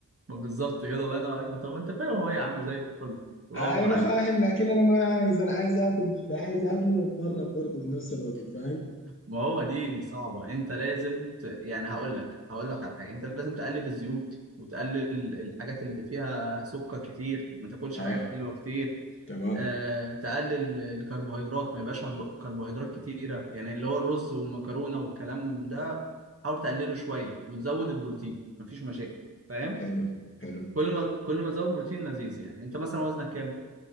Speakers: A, on the right (about 40°); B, on the left (about 35°).
A: ما بالظبط كده الله ينور عليك ما طب ما أنت فاهم هو يا عم زي الفل الله
B: آه
A: أكبر
B: انا
A: عليك
B: فاهم لكن انا ما عايز انا عايز اكل اللي عايز اكله واتمرن برضه في نفس الوقت فاهم
A: ما هو دي صعبة انت لازم ت... يعني هقول لك هقول لك على حاجة انت لازم تقلل الزيوت وتقلل الحاجات اللي فيها سكر كتير ما تاكلش
B: اه
A: حاجات حلوة كتير
B: تمام
A: أه... تقلل الكربوهيدرات ما يبقاش هرب... كربوهيدرات كتيرة يعني اللي هو الرز والمكرونة والكلام ده حاول تقلله شوية وتزود البروتين مفيش مشاكل فاهم
B: حلو حلو
A: كل ما كل ما تزود بروتين لذيذ يعني انت مثلا وزنك كام